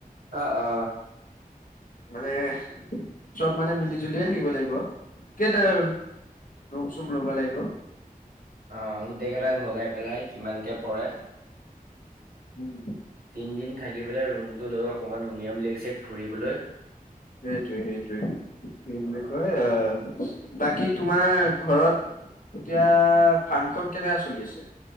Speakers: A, on the right (about 85°); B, on the left (about 65°).
A: আ আ
B: মানে চব মানে মিলি জুলিয়ে থাকিব লাগিব। কেইতেল ৰুম চোম ল'ব লাগিব।
A: অ', গোটেই কেইটাই ভগাই পেলাই কিমানকে পৰে।
B: উম।
A: তিন দিন থাকি পেলাই ৰুমটো লৈ অকণমান উমিয়াম লেগ চেক ফুৰিবলৈ।
B: সেইটোৱে সেইটোৱে কি
A: অ',
B: বুলি কয় অহ বাকী তোমাৰ ঘৰত এতিয়া ফাৰ্মখন কেনেকা চলি আছে?